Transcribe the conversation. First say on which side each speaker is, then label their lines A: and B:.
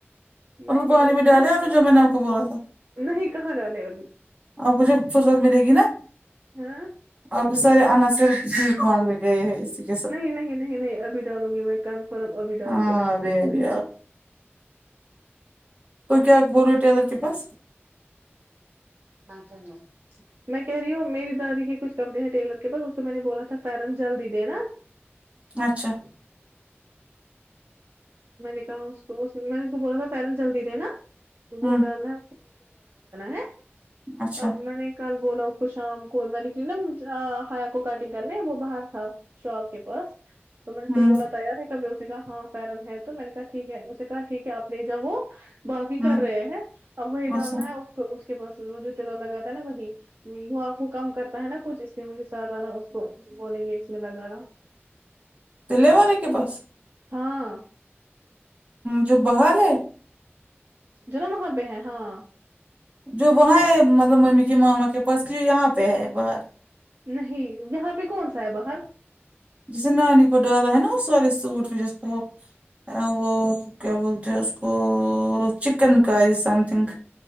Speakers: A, on the right; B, on the right.
A: مطلب
B: میں کہہ
A: پانی
B: رہی
A: ڈالے
B: ہوں
A: آپ نے جو میں نے آپ کو بولا تھا
B: نہیں کہاں ڈالے ابھی
A: اور کجھے فرصت ملے گی نا
B: ہاں
A: اب سرے انناصر بیٹ مانگ بھی گئے ہیں اس <unintelligible>
B: نہیں نہیں نہیں نہیں ابھی ڈالوں گی میں کنفرم ابھی ڈال
A: ہاں
B: کے رکھوں
A: ابھی
B: گی
A: ابھی تو کیا بول رہو ٹیلر کے پاس
B: <unintelligible> میں کہہ رہی ہوں میری دادی کے کچ کپڑے ہیں ٹیلر کے پاس اس کو میں نے بولا تھا پیرن جلدی دینا
A: اچھا
B: میں نے کہا اس میں نے اس کو بولا تھا پیرن جلدی دے نا وہ
A: ہوں
B: ڈالنا ہے
A: اچھا
B: <unintelligible> کل وہ لوگ کو شام کووار نکلی نا ہیا کو کٹنگ کر ل وہ باہر تھا شاپ کے پاس تو میں نے
A: ہوں
B: تو بولا تیار ہے کبھی اسے کا ہاں پیرن ہے تو میں نے کہا ٹھیک ہے اسے کہا ٹھیک ہے آپ لے جاؤ وہ باقی
A: ہوں
B: کر رہے ہیں اب وہی
A: اچھا
B: ڈالنا ہے اس کے پس وہ جو تلا لگاتا ہے نا ب وہ آپ کو کم کرتا ہے نا کچھ اس لیے مجھے سانا اس کو بولیں گے اس لیے میںگانا
A: دلے والے کے پاس
B: ہاں
A: جو باہر ہے
B: جنا وہاں پہ ہے ہاں
A: جو وہاں ہے مطلب ممی کے ماما کے پاس کی یہاں پہ ہے باہر
B: نہیں یہاں پہ کون سا ہے باہر
A: جیسے نانی کو ڈالا ہے نا وہ سارے سوٹ پ جس کو وہ کیا بولتے ہیں اس کو چکن کاری سم تھنگ